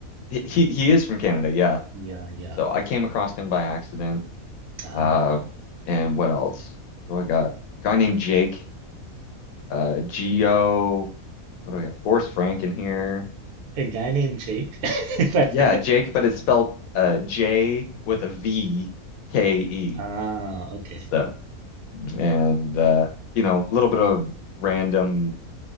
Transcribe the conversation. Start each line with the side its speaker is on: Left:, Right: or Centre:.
Left: he he he is from Canada, yeah.
Right: Yeah, yeah.
Left: So I came across him by accident.
Right: Ah,
Left: Uh, and what else? What do I got? A guy named Jake, uh, Geo. What do I got? Forrest Frank in here.
Right: a guy named Jake. <laughs> That's
Left: Yeah,
Right: it.
Left: Jake, but it's spelled uh J with a V K E.
Right: Ah, okay.
Left: So and uh, you know, a little bit of random